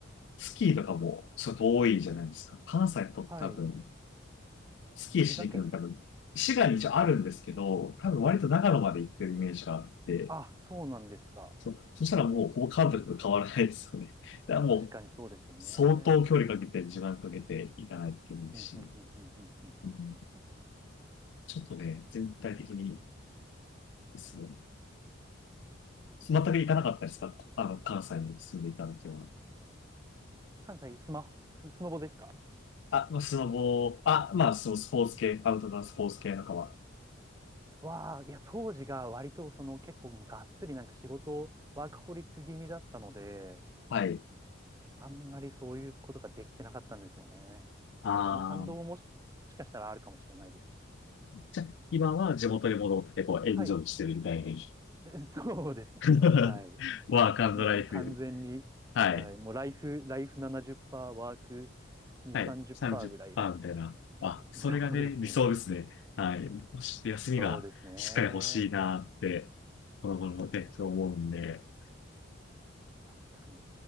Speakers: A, on the left (about 65°); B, on the right (about 15°).
A: スキーとかもちょっと多いじゃないですか。関西と多分
B: はい。
A: スキーしに行くのに多分、
B: 滋賀県。
A: 滋賀に一応あるんですけど、多分割と長野まで行ってるイメージがあって、
B: あ、そうなんですか。
A: そ、そしたらもうほぼ関国と変わらないですよね。<laughs> だからもう
B: 確かにそうですね。
A: 相当距離かけて、時間かけて行かないといけないし、
B: うん、うん、うん、うん、うん、うん、うん、
A: うん
B: うんうん
A: ちょっとね、全体的にですね、全く行かなかったですかあの、
B: なるほど。
A: 関西に住んでいた時は。
B: 関西、スマホ、ス、スノボですか
A: あ、まあスノボー、あ、まあ、そう、スポーツ系、アウトドアスポーツ系のかは。
B: わあ、いや、当時が割と、その、結構、がっつりなんか仕事、ワークホリック気味だったので、
A: はい。
B: あんまりそういうことができてなかったんですよね。
A: ああ、
B: だから、その反動ももし、もしかしたらあるかもしれないです。
A: じゃあ、今は地元に戻って、こう、エンジョイしてるみたいな。
B: はい。<laughs> そうですね。
A: <laughs>
B: はい。
A: ワークライフ。
B: もう完全に、
A: はい。
B: はい、もうライフ、ライフ70%、ワーク2、
A: はい。
B: 30%
A: 30%
B: ぐらいな。
A: みたいな。あ、それがね、
B: そうですね。
A: 理想ですね。はい。もし休みがしっかり欲しいなって、
B: そうですね。
A: この頃ね、そう思うんで。
B: 確かに。